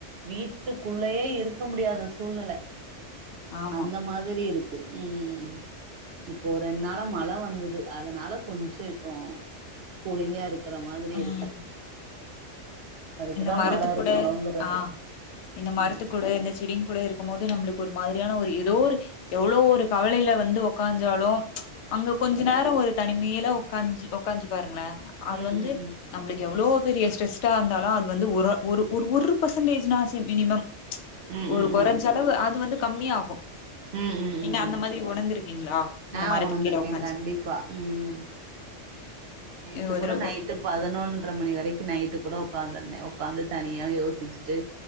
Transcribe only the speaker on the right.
வீட்டுக்குள்ளயே இருக்க முடியாத சூழ்நில
அந்த மாதிரி இருக்கு து ம் இப்போ ரெண்டு நாளா மழ வந்தது அதனால கொஞ்ச இப்போ கூலிங்கா இருக்கு இருக்கற மாதிரி
இருக்கு அதுக்குதா
மரோ இருக்கணுங்கிறது
ம்
ம்
ம் ம் ம்
ம்
ம் ம்
ம் ம்
ம்
ஆ
உணர்ந்திருக்கேன்
கண்டிப்பா ம் நேத்து
கூட நைட்டு பதினொன்ட்ர மணி வரைக்கும் நைட்டு கூட உட்காந்துருந்தேன் உட்காந்து தனியா யோசிச்சிட்டு